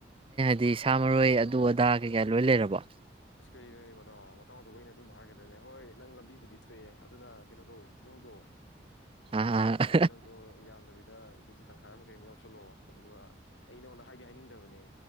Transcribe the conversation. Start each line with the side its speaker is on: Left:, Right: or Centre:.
Right: ꯑꯗꯤ ꯁꯥ ꯃꯔꯣꯏ ꯑꯗꯨ ꯑꯗꯥ ꯀꯩꯀꯥ ꯂꯣꯏ ꯂꯩꯔꯕꯣ
Left: ꯑꯁ ꯀꯔꯤꯅꯣ ꯃꯇꯥꯎ ꯃꯇꯥꯎꯗꯨꯕꯨ ꯑꯩꯅ ꯑꯗꯨꯝ ꯍꯥꯏꯒꯗ꯭ꯔꯅꯦ ꯅꯪ ꯂꯝꯕꯤꯕꯨꯗꯤ ꯀꯩꯅꯣꯗꯣ ꯇꯤꯜꯍꯧꯗꯣ
Right: ꯑꯥ ꯑꯥ
Left: ꯇꯤꯜꯍꯧꯗꯣ ꯌꯥꯝꯗꯕꯤꯗꯦ ꯀꯦꯖꯤ ꯇꯈꯥꯏꯔ ꯑꯃ ꯀꯩ ꯑꯃꯥ ꯌꯥꯎꯁꯜꯂꯣ ꯑꯗꯨꯒ ꯑꯩ ꯅꯉꯣꯟꯗ ꯍꯥꯏꯗꯤ ꯍꯥꯏꯅꯤꯡꯗꯕꯅꯦ